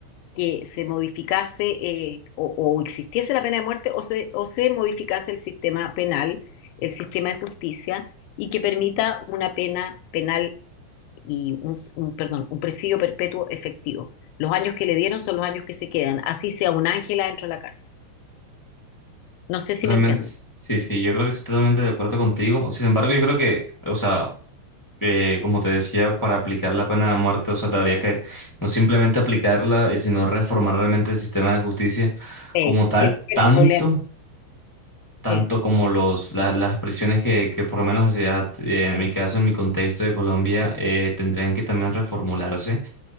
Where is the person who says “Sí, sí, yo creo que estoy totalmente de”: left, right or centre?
Left